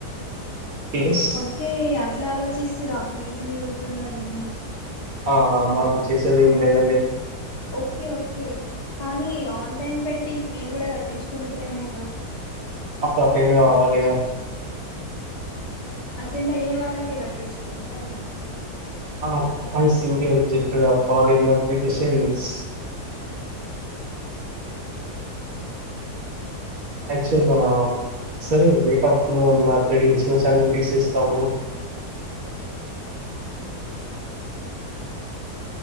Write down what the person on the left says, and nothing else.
ఓకే ఇట్లా ఆలోచిస్తరా ఫీజ్ మిగులుతుందని
ఓకే ఓకే కానీ ఆన్లైన్ పెట్టి మీర్ కూడా కట్టించుకుంటారేమోగా
అటెండ్ అయ్యే వాళ్ళకే కట్టించుకుంటార మన
<unintelligible>